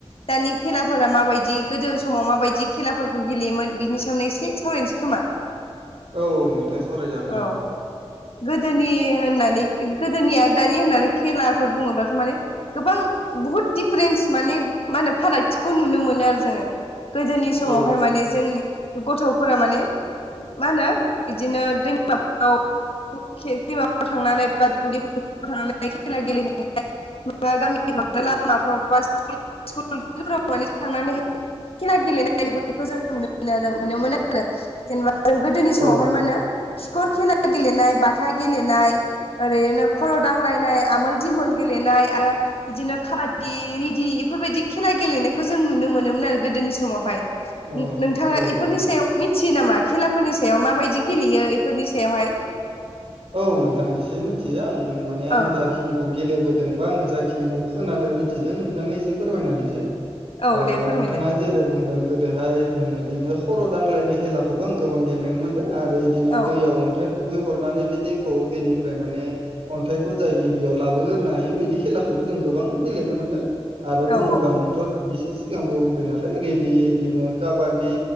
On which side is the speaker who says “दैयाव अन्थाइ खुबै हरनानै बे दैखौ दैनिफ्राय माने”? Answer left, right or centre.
Right